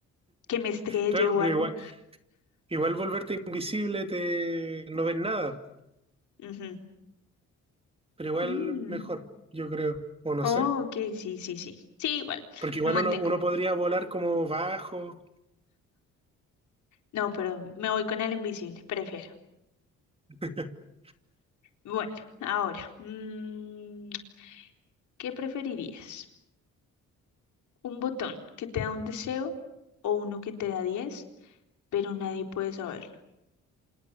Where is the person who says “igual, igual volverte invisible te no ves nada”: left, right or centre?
Right